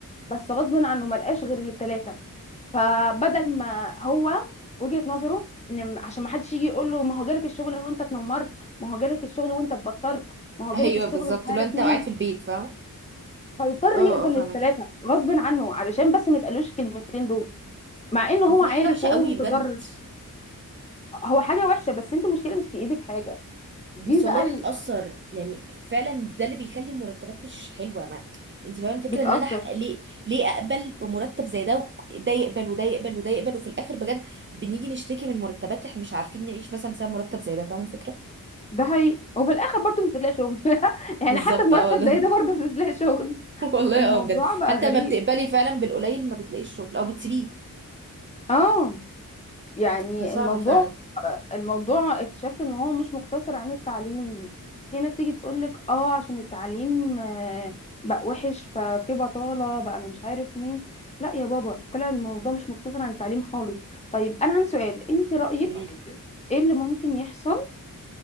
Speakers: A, on the left; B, on the right.
A: بس غصب عنه ملقاش غير الثلاثه فبدل ما هو وجهة نظره ان م- عشان ما حدش يجي يقول له ما هو جالك الشغل وانت اتنمرت ما هو جالك الشغل وانت اتبطرت ما هو جالك
B: ايوه
A: الشغل
B: بالظبط
A: مش عارف
B: لو انت
A: مين
B: قاعد في البيت فاهم
A: فيضطر
B: اه
A: يقبل
B: اه فاهمك
A: الثلاثه غصب عنه علشان بس ما يتقالوش الكلمتين دول مع انه هو
B: بس دي
A: عارف
B: حاجه وحشه
A: وهو
B: قوي
A: متضرر
B: بجد
A: هو حاجه وحشه بس انت المشكله مش في ايدك حاجه دي
B: بس والله
A: بقى ال-
B: بتأثر يعني فعلا ده اللي بيخلي المرتبات مش حلوة ما انت فاهمة الفكرة
A: بتأثر
B: ان انا ح- ليه ليه اقبل بمرتب زي ده وك- ده يقبل وده يقبل وده يقبل وفي الاخر بجد بنيجي نشتكي من مرتبات احنا مش عارفين نعيش مثلا بسبب مرتب زي ده فاهمة الفكرة
A: ده هي وفي الاخر برضه مش بتلاقي شغل <laughs> يعني
B: بالظبط
A: حتى بمرتب
B: اه والله
A: زي ده برضه مش بتلاقي شغل
B: <laughs> والله
A: الموضوع
B: اه بجد
A: بقى
B: حتى
A: غريب
B: ما بتقبلي فعلا بالقليل ما بتلاقيش شغل او بتسيبيه
A: اه يعني
B: فصعب
A: الموضوع
B: فعلا
A: الموضوع اكتشفت ان هو مش مقتصر عن التعليم في ناس تيجي تقولك اه عشان التعليم آه، بقى وحش ففي بطالة بقى انا مش عارف مين لا يا بابا طلع الموضوع مش مقتصر عن التعليم خالص طيب انا عندي سؤال انت رأيك
B: قوليلي
A: ايه اللي ممكن يحصل